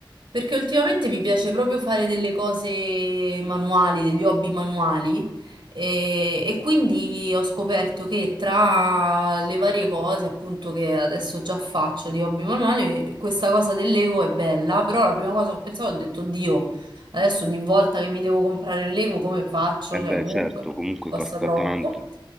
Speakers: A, on the right; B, in the centre.
A: perché ultimamente mi piace proprio fare delle cose manuali, degli hobby manuali e, e quindi ho scoperto che tra le varie cose appunto che adesso già faccio di hobby manuali, questa cosa del Lego è bella, però la prima cosa che ho pensato ho detto, Dio, adesso ogni volta che mi devo comprare il Lego come faccio?
B: Eh beh,
A: Cioè comunque
B: certo, comunque
A: costa
B: costa
A: troppo.
B: tanto.